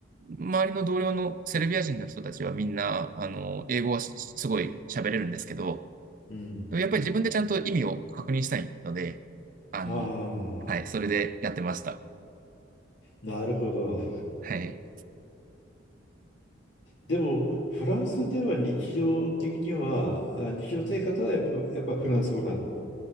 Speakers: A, on the right; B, on the left.
A: 周りの同僚のセルビア人の人たちはみんな、あの、英語はすごい喋れるんですけど、
B: うん。
A: でもやっぱり自分でちゃんと意味を確認したいので、あの、
B: あ
A: はい、
B: あ、
A: それでやってました。
B: なるほど。
A: はい。
B: でも、フランスでは日常的には、あ、日常生活はやっぱ、やっぱフランス語なん。